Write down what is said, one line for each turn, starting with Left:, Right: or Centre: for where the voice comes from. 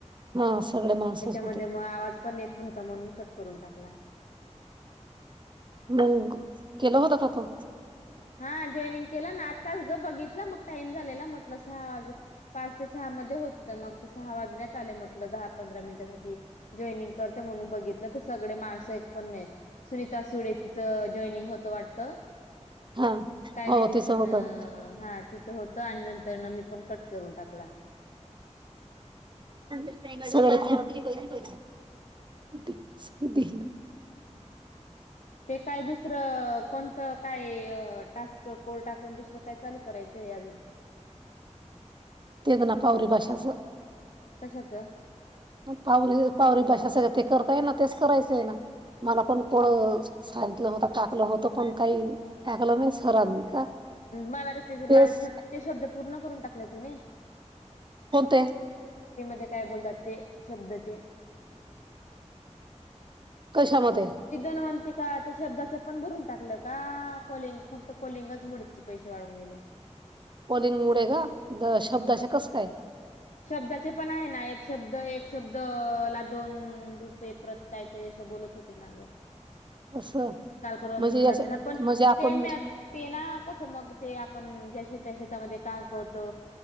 Right: हा हा सगळे माणसच
Left: त्याच्यामध्ये
Right: होते.
Left: म आवाज पण नीट नव्हता म्हणुन कट करून टाकला.
Right: मंग केला होत का आता
Left: हा जॉईनिंग केलं आताच ग बघितलं मग टाइम झालेला म्हटलं सहा वाजु पाच ते सहा म ध्ये होत मग त सहा वाजण्यात आले म्हटल दहा पंधरा मिनिटासाठी जॉईंनिंग करते म्हणून बघीत त ते सगडे माणसं एक पण नाय सुनीता सुळे तिथ जॉनिंग होत वाटत.
Right: हा
Left: काय
Right: हो
Left: नाय ती
Right: तिचं
Left: पण
Right: होतं.
Left: म हा तिचं होत आणि नंतर न मी पण कट करून टाकला.
Right: <unintelligible> <unintelligible>
Left: ते काय दुसरं कोणतं काय टास्क कोड टाकून दुसरं काय चालू करायचं. चय अजून
Right: तेक ना पावरी भाषाचं
Left: कशाच?
Right: पावरी पावरी भाषा सगळं ते करताय ना तेच करायचं हाय ना? मला पण कोडं सांगितलं होत टाकलं होत पण काय टाकलं नाई सरांनी का.
Left: मला तर तेज
Right: तेच
Left: माझ शब् ते शब्द पूर्ण करून टाकला तू नय
Right: कोण ते?
Left: म्हणजे काय बोलतात ते शब्दाचे <inaudible>
Right: कशामध्ये
Left: ती दनवंती का ते शब्दाचं पण भरून टाकलं. का कॉलिंग फक्त कॉलिंगच मुड तिचे पैसे वाढवून दिले.
Right: कॉलिंग मुडे ग द शब्दशा कस काय?
Left: शब्दाचे पण आहे ना एक शब्द, एक शब्द ला दोन पये प्रत कायतरी असं बोलत होते ना गं.
Right: असं
Left: कालपरवा
Right: म्हणजे
Left: मेसेज
Right: याच्या
Left: आलेला पण
Right: म्हणजे आपण
Left: ते मॅप ते ना कस मग ते आपण जसे शेतामध्ये काम करतो